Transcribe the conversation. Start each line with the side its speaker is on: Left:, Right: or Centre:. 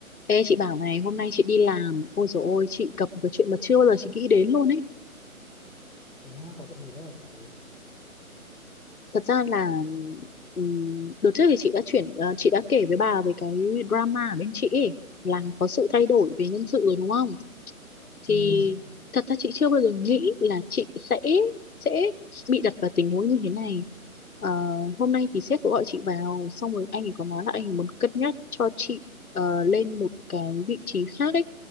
Left: Ê chị bảo này hôm nay chị đi làm Ôi dồi ôi chị gặp một cái chuyện mà chưa bao giờ chị nghĩ đến luôn ấy
Centre: thế ha có chuyện gì đấy hả chị
Left: Thật ra là ừm, Đợt trước thì chị đã chuyển ờ, Chị đã kể với bà về cái drama ở bên chị ấy, Là có sự thay đổi về nhân sự rồi đúng không Thì
Centre: ừ,
Left: thật ra chị chưa bao giờ nghĩ là chị sẽ Sẽ bị đặt vào tình huống như thế này Ờ, hôm nay thì sếp có gọi chị vào xong rồi anh ấy có nói là anh ấy muốn cân nhắc cho chị ờ, lên một cái vị trí khác ấy